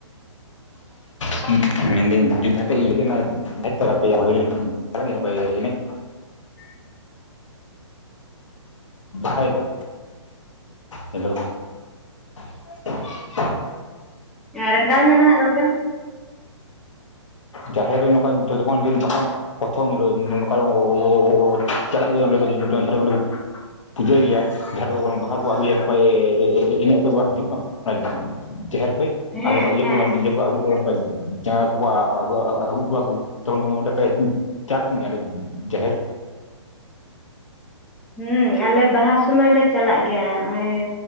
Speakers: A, on the left; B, in the centre.
A: ᱢᱮᱱᱫᱟᱹᱧ <inaudible> ᱪᱟᱞᱟᱜ ᱜᱮᱭᱟᱯᱮ ᱮᱱᱮᱡ
B: <unintelligible>
A: ᱦᱮᱞᱳ ᱦᱮᱞᱳ᱾ <unintelligible>
B: ᱨᱟᱸᱜᱟᱣ ᱧᱚᱜ ᱱᱟᱦᱟᱜ ᱨᱚᱲ ᱵᱮᱱ,
A: ᱡᱟᱦᱮᱨ ᱨᱮ ᱱᱚᱝᱠᱟ ᱡᱚᱛᱚᱠᱷᱚᱱ ᱯᱨᱚᱛᱷᱚᱢ ᱱᱚᱝᱠᱟ ᱠᱚ ᱪᱟᱞᱟᱜ ᱜᱮᱭᱟ ᱚᱸᱰᱮ <inaudible> ᱯᱩᱡᱟᱹᱭ ᱜᱮᱭᱟ ᱡᱟᱦᱟᱸᱚᱱ ᱵᱟᱦᱟ ᱠᱚ ᱟᱹᱜᱩᱭᱟ ᱱᱚᱝᱠᱟ ᱮᱱᱮᱡᱛ ᱠᱚ ᱦᱤᱡᱩᱜ ᱢᱟ <inaudible> ᱡᱟᱦᱮᱨ ᱠᱷᱚᱡ
B: ᱦᱮᱸ
A: ᱟᱨ ᱱᱚᱝᱠᱟ ᱤᱭᱟᱹ
B: ᱦᱮᱸ
A: ᱠᱚ ᱢᱟᱱᱮ ᱤᱭᱟᱹ ᱠᱚ ᱟᱵᱚ ᱠᱚ ᱱᱚᱝᱠᱟ ᱡᱟᱸᱦᱟ <inaudible> ᱠᱚᱣᱟ ᱟ. ᱜᱩᱠᱚᱣᱟ ᱠᱚ ᱛᱚᱠᱷᱚᱱ ᱚᱸᱰᱮ ᱯᱮ ᱪᱟᱞᱟᱜ ᱠᱟᱱ ᱜᱮᱭᱟ ᱡᱟᱦᱮᱨ,
B: ᱦᱩᱸ ᱟᱞᱮ ᱵᱟᱦᱟ ᱥᱩᱢᱟᱹᱭ ᱞᱮ ᱪᱟᱞᱟᱜ ᱜᱮᱭᱟ ᱱᱚᱜᱚᱭ